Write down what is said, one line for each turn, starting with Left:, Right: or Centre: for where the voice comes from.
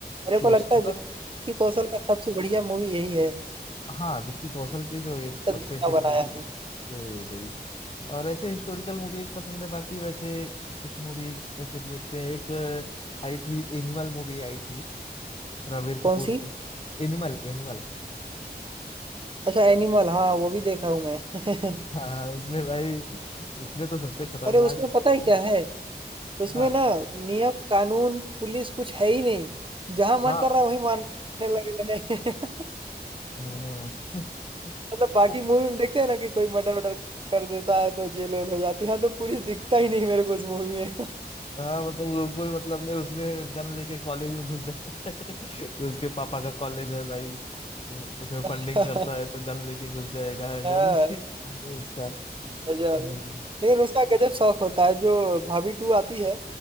Right: मेरे
Left: सोच
Right: को लगता है
Left: मतलब
Right: विक्की कौशल का सबसे बढ़िया मूवी यही है
Left: हाँ विक्की कौशल की जो एक
Right: तक
Left: सबसे
Right: जितना
Left: हिट
Right: बनाया
Left: मूवी
Right: है
Left: गई वो ये गई और ऐसे हिस्टोरिकल मूवीज पसंद है बाकी वैसे कुछ मूवीज वैसे भी देखते हैं एक अ, आई थी एनिमल मूवी आई थी रणबीर
Right: कौन
Left: कपूर
Right: सी
Left: की Animal animal
Right: अच्छा एनिमल हाँ वो भी देखा हूँ मैं
Left: <laughs>
Right: <laughs>
Left: हाँ उसमें भाई उसमें तो सबसे खतरनाक
Right: अरे उसमें
Left: मुझे
Right: पता
Left: तो-
Right: है क्या है उसमें
Left: हाँ
Right: ना नियम कानून पुलिस कुछ है ही नहीं जहां मन
Left: हाँ
Right: कर रहा वही मारने लगे हैं <laughs>
Left: हम्म, हम्म। <laughs>
Right: मतलब बाकी मूवी में देखते हैं ना कि कोई मर्डर वर्डर कर देता है तो जेल वेल हो जाती है यहाँ तो पुलिस दिखता ही नहीं मेरे को उस मूवी में
Left: हाँ मतलब वो कोई मतलब नहीं उसमें गन लेके कॉलेज में घुस जाता है <laughs> तो उसके पापा का कॉलेज है भाई हम्म, उसमें
Right: <laughs>
Left: फंडिंग करता है तो गन लेके घुस जाएगा जब
Right: हाँ
Left: ही <laughs> उसका
Right: गजब
Left: हम्म,
Right: लेकिन उसका गजब शौक होता है जो भाभी टू आती है